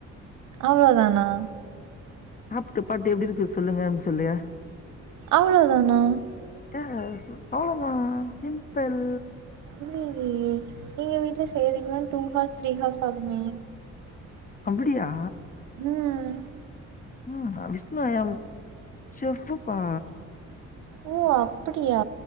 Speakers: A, on the right; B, on the left.
A: அவ்ளோதானா
B: சாப்டு பாத்து எப்டி இருக்கு சொல்லுங்கன் சொல்லு
A: அவ்ளோ தானா
B: எஸ் அவ்ளோதா சிம்பிள்
A: இல்லைங்ளே நீங்க வீட்ல செய்றீங்ளா டூ ஹார்ஸ் த்ரீ ஹார்ஸ் ஆகுமே
B: அப்புடியா
A: ம்.
B: ம் அ விஷ்ணு ஐ அம் செஃபுபா
A: ஓ அப்டியா